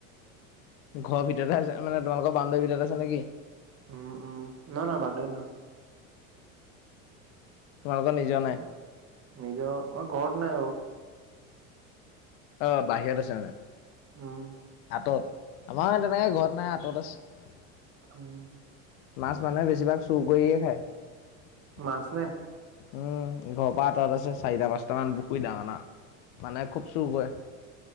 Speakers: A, on the left (about 65°); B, on the right (about 35°).
A: ঘৰ ভিতৰতে আছে মানে তোমালোকৰ বান্দৱীৰ ভিতৰত আছে নেকি?
B: উম! উম! না না বাণ্ডাৰিত নহয়।
A: তোমালোকৰ নিজৰ নাই?
B: উম! নিজৰ মই ঘৰত নাই বাৰু
A: অ বাহিৰত আছে মানে
B: উম
A: তত আমাৰ তেনেকে ঘৰত নাই আঁতত আছে
B: উম
A: মাছ মানুহে বেছিভাগ চুৰ কৰিয়ে খায়
B: মাছ
A: উম
B: নে
A: ঘৰ আঁতৰত আছে চাৰিটা পাঁচটামান বুক দাওঁনা মানে খুব চুৰ কৈ